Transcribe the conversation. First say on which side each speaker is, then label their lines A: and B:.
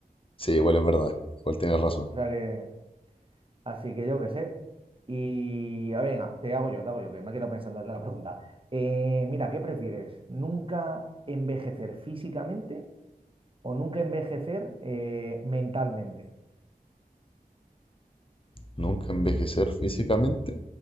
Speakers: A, on the left; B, on the right.
A: Sí, igual es verdad. Igual tienes razón.
B: O sea que... Así que yo qué sé. Y ah, venga, te hago yo, te hago yo, que me he quedado pensando en la pregunta. Eh, mira, ¿qué prefieres? ¿Nunca envejecer físicamente o nunca envejecer eh, mentalmente?
A: Nunca envejecer físicamente.